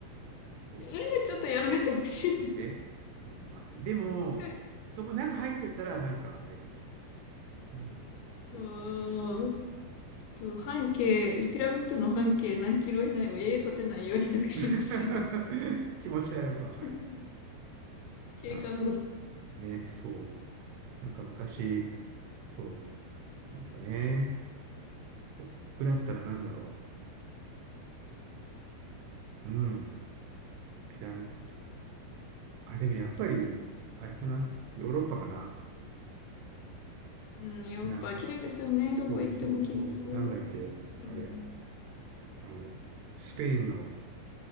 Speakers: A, on the right; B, on the left.
A: そ
B: えー、ちょっとやめてほしい。
A: う。えうん、まあね。でも、
B: <laughs>
A: そこ中入ってったら、なんか、あれみたい。うん。
B: うーん。
A: そうそうそう。
B: ちょっと半径、ピラミッドの半径何キロ以内は家建てないようにとかしてほしい。
A: <laughs> 気持ちはよくわかるよ。
B: <laughs> 景観が。
A: なるほどね。そう。なんか昔、そう。なんかね、僕だったらなんだろう。うん。ピラミッド。あ、でもやっぱり、
B: <laughs>
A: あれかな。ヨーロッパかな。
B: うん、ヨーロッパ綺麗ですよね。
A: なんかね、そうそうそう。
B: どこ行ってもきっと。
A: なんだっけ。
B: うん、
A: あれ。あの、スペインの